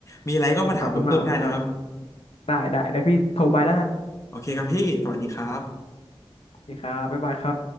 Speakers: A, on the left (about 30°); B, on the left (about 75°).
A: มีอะไรก็มาถามผมเพิ่มได้นะครับ
B: อืมขอบคุณมากขอบคุณมากได้ได้เดี๋ยวพี่โทรไปแล้วกัน
A: โอเคครับพี่สวัสดีครับ
B: โอเคครับบ๊ายบายครับ